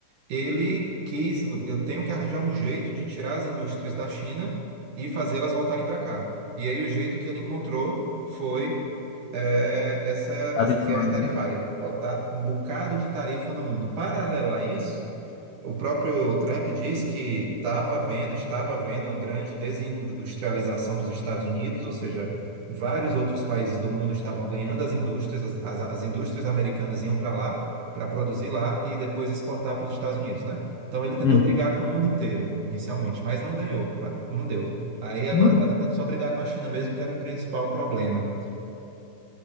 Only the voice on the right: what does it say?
ele quis, eu tenho que arranjar um jeito de tirar as indústrias da China e fazê-las voltarem para cá. E aí o jeito que ele encontrou foi eh, essa, essa
guerra tarifária,
botar um bocado de tarifa no mundo. Paralelo a isso, o próprio Trump diz que estava havendo, estava havendo uma grande desindustrialização dos Estados Unidos, ou seja, vários outros países do mundo estavam ganhando as indústrias, as, as as indústrias americanas iam para lá, para produzir lá e depois exportar para os Estados Unidos, né? Então ele tentou
brigar com o mundo inteiro inicialmente, mas não ganhou, mas não deu. Aí agora
está tentando só brigar com a China mesmo, que era o principal problema.